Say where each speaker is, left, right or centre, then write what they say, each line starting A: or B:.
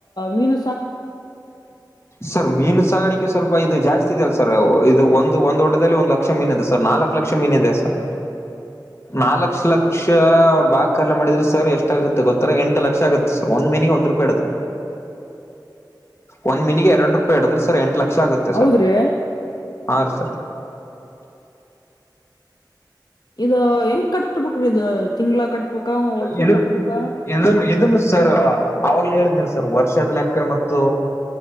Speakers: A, on the left; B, on the left.
A: ಮೀನ
B: ಸರ್ ಮೀನು ಸಾಗಾಣಿಕೆ ಸ್ವಲ್ಪ ಇದು ಜಾಸ್ತಿ ಲ್ಲ ಸರ್ ಇದು ಒಂದು ಒಂದು ಡದಲ್ಲಿ ಒಂದು್ ಲಕ್ಷ ಮೀನ್ ಇದೆ ಸರ್ ನಾಲ್ಕು ಲಕ್ಷ ಮೀನ್ ಇಿದೆ ಸರ್ ನಾಲ್ಕ್ಷ ಲಕ್ಷ ಬಾಕ್ ಕರ್ಲೆ ಮಾಡಿದ್ರೆ ಸರ್ ಎಷ್ಟಾಗಗುತ್ತೆ ಗೊತ್ತಾರೆ ಎಂಟು ಲಕ್ಷ ಆಗುತ್ತೆ ಸರ್ ಒಂದ್ ಮಿನಿ ಒಂದು ರೂಪಾಯಿ ಹಡದ್ರೆ ಒಂದ್ ಮಿನಿಗೆ ಎರಡು ರೂಪಾಯಿ ಹಡದ್ರೆ ಸರ್ ಎಂಟ ಲಕ್ಷ ಆಗುತ್ತೆ
A: ಹೌದ್ರಿ
B: ಸರ್ ಹಾ ರೀ ಸರ್
A: ಇ ಹೆಂಗ ಕಟ್ಬೇಕ್ರ ಇದು ತಿಂಗಗಳಳ ಕಟ್ಬೇಕ ವರ್ಷ
B: ಇದ
A: ಕಟ್ಬೇಕ
B: ಇದನ್ ಇದನ್ ಸರ್ ಅವಾಗ್ಲ ಹೇಳಿದನ್ ಸರ್ ವರ್ಷದ್ಲೆ ಮತ್ತು